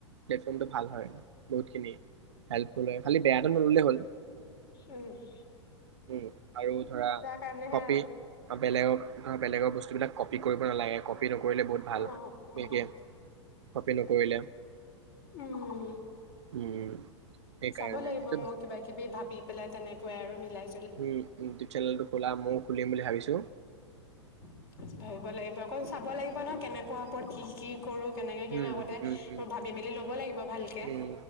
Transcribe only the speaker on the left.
উহু।
কাৰণেহে
আৰু।
অ', উম,
উম।
চাব লাগিব
মই
কিবা কিবি ভাবি পেলাই তেনে কয় আৰু মিলায়
<unintelligible> ভাবিব লাগিব, আকৌ চাব লাগিব ন কেনেকুৱা <unintelligible> কৰোঁ কেনেকে
কে আগতে
মই ভাবি মেলি ল'ব লাগিব ভালকে।